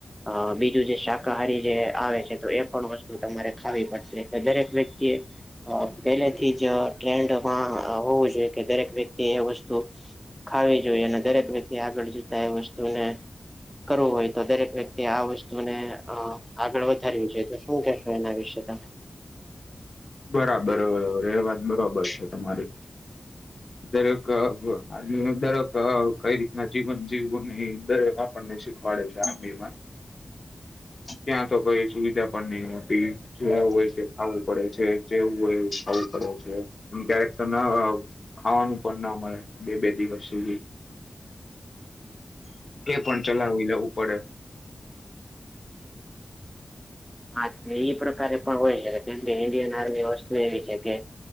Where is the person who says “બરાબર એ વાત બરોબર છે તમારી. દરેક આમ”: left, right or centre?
Left